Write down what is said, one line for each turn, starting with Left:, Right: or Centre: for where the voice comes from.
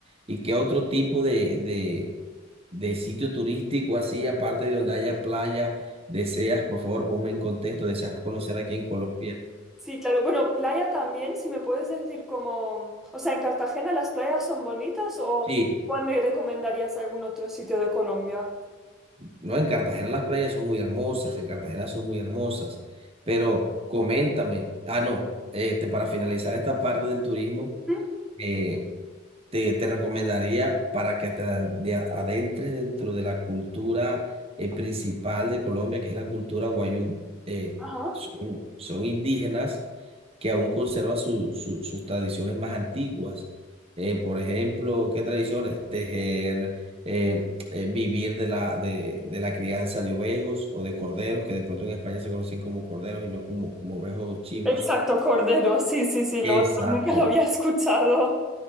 Right: ¿Y qué otro tipo de, de, de sitio turístico así, aparte de donde haya playa, deseas, por favor, ponme en contexto, deseas conocer aquí en Colombia?
Centre: Sí, claro. Bueno, playa también, si me puedes decir como, o sea, en Cartagena las playas son bonitas o
Right: Sí.
Centre: cuál me recomendarías algún otro sitio de Colombia?
Right: No, en Cartagena las playas son muy hermosas, en Cartagena son muy hermosas, pero coméntame, ah, no, este, para finalizar esta parte del turismo,
Centre: ¿Mm?
Right: eh, te, te recomendaría para que te ad- de- adentres dentro de la cultura eh, principal de Colombia, que es la cultura wayú Eh,
Centre: Ajá.
Right: son, son indígenas que aún conservan su- su- sus tradiciones más antiguas. Eh, por ejemplo, ¿qué tradiciones? Tejer, eh, eh, vivir de la, de, de la crianza de ovejos o de corderos, que de pronto en España se conocen como corderos y no como, como ovejos o chivos.
Centre: Exacto, Cordero. Sí, sí, sí, lo
Right: Exacto
Centre: otro nunca lo había escuchado.